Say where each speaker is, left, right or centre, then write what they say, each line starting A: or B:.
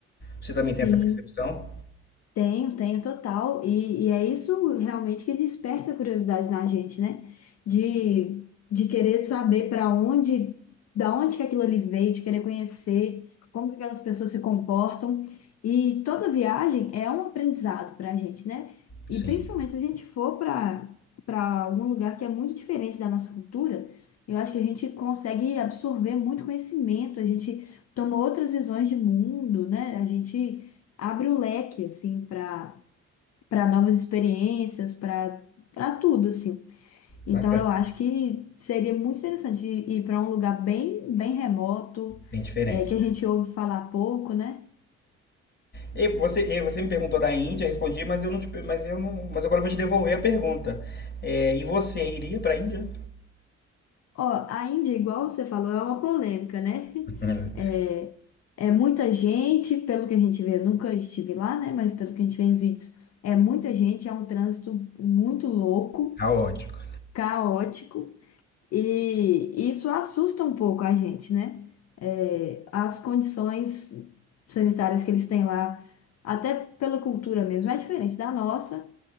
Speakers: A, on the left (about 35°); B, on the left (about 55°).
A: Você também
B: Sim,
A: tem essa percepção?
B: Tenho, tenho total. E, e é isso realmente que desperta a curiosidade na gente, né? De, de querer saber para onde, da onde que aquilo ali veio, de querer conhecer como que aquelas pessoas se comportam. E toda viagem é um aprendizado para a gente, né? E
A: Sim.
B: principalmente se a gente for para para algum lugar que é muito diferente da nossa cultura, eu acho que a gente consegue absorver muito conhecimento, a gente toma outras visões de mundo, né? A gente abre o leque, assim, para para novas experiências, para para tudo, assim. Então,
A: Bacana,
B: eu acho que seria muito interessante ir, ir para um lugar bem, bem remoto,
A: bem diferente.
B: é, que a gente ouve falar pouco, né?
A: E você, e você me perguntou da Índia, respondi, mas eu não te, mas eu não, mas agora eu vou te devolver a pergunta. É, e você iria para a Índia?
B: Ó, a Índia, igual você falou, é uma polêmica, né? <laughs>
A: <laughs>
B: É, é muita gente, pelo que a gente vê, nunca estive lá, né? Mas pelo que a gente vê nos vídeos, é muita gente, é um trânsito muito louco,
A: Caótico.
B: caótico. E isso assusta um pouco a gente, né? É, as condições sanitárias que eles têm lá, até pela cultura mesmo, é diferente da nossa.